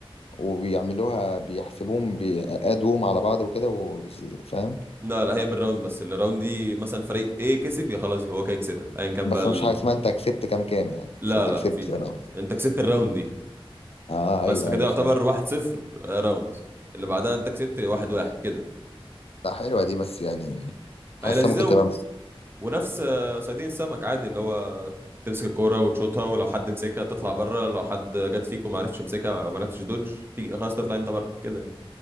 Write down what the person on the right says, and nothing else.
لا لا هي بالراوند بس الراوند دي مثلا فريق ايه كسب يا خلاص هو كده يكسبها ايا كان
بقى ال...
لا
لا
ما في
انت كسبت الراوند دي
بس
فكده
يعتبر
1-0 راوند اللي بعدها انت كسبت 1-1 كده
هي لذيذه
ونفس آه، صيادين السمك عادي اللي هو تمسك الكوره وتشوطها ولو حد مسكها تطلع بره لو حد جت فيك وما عرفش يمسكها او ما عرفش دوج تيجي خلاص تطلع انت بره كده يعني.